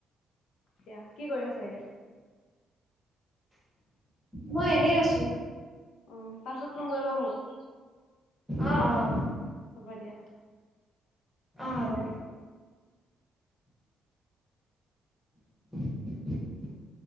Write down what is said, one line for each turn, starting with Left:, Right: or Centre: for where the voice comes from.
Left: এতিয়া কি কৰি আছা এতিয়া
Centre: মই এনেই আছো।
Left: উম পাছত ফোন কৰিবা মোক।
Centre: অ অ
Left: হ'ব দিয়া।
Centre: অ' হ'ব দিয়া। <unintelligible>